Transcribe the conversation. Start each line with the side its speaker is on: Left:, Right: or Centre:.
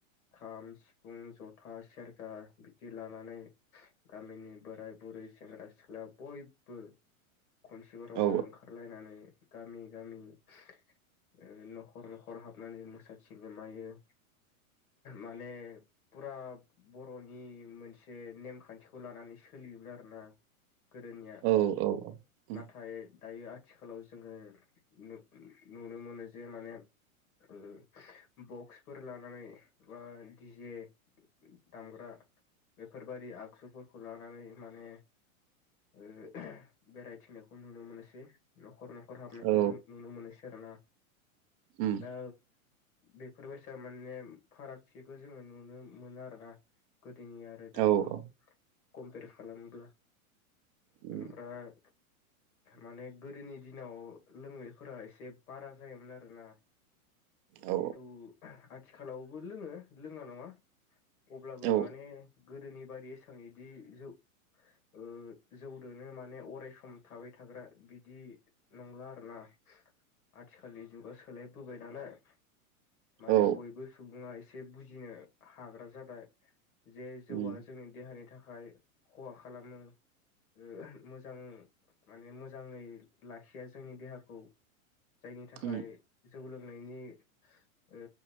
Left: खाम सि फुं जथा सेरजा बिदि लानानै गामिनि बोराय बुरै सेंग्रा सिख्ला बयबो खनसेबारावनो
Right: औ
Left: ओंखारलायनानै गामि गामि ओ नखर नखर हाबनानै मोसाथिङो मायो माने फुरा बर'नि मोनसे नेमखान्थिखौ लानानै सोलियोमोन आरोना गोदोनिया
Right: औ औ औ उम
Left: नाथाय दायो आथिखालाव जोङो नु-नुनो मोनो जे माने ओ बक्सफोर लानानै बा दि जे दामग्रा बेफोरबादि आगजुफोरखौ लानानै माने ओ बेरायथिंनायखौ नुनो मोनसै नखर नखर हाबनायखौ
Right: औ
Left: नुनो मोनोसै आरोना
Right: उम
Left: दा बेफोरबायसा माने फारागथिखौ जोङो नुनो मोनो आरोना गोदोनिया दानि
Right: औ औ
Left: कम्पेयार खालामोब्ला
Right: उम
Left: ओमफ्राय माने गोदोनि दिनाव लोंनायफोरा एसे बारा जायोमोन आरोना
Right: औ
Left: खिन्थु आथिखालावबो लोङो लोङा नङा अब्लाबो
Right: औ
Left: माने गोदोनि बादि एसां इदि जौ ओ जौदोनो माने अरायसम थाबाय थाग्रा बिदि नंला आरोना आथिखालनि जुगा सोलायबोबाय नालाय माने
Right: औ
Left: बयबो सुबुङा एसे बुजिनो हाग्रा जाबाय जे जौआ
Right: उम
Left: जोंनि देहानि थाखाय खहा खालामो ओ मोजां माने मोजाङै लाखिया जोंनि देहाखौ जायनि थाखाय
Right: उम
Left: जौ लोंनायनि ओ